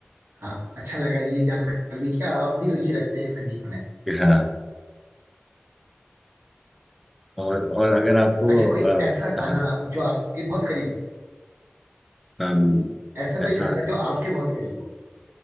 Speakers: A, on the right (about 65°); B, in the centre.
A: हाँ अच्छा लगा ये जानकर भी कि आप भी रुचि रखते हैं संगीत में
B: हाँ और और अगर आपको
A: अच्छा कोई
B: अ,
A: ऐसा गाना
B: हाँ,
A: जो आपके बहुत करीब हो
B: अम,
A: ऐसा
B: ऐसा
A: कोई गाना जो आपके बहुत करीब हो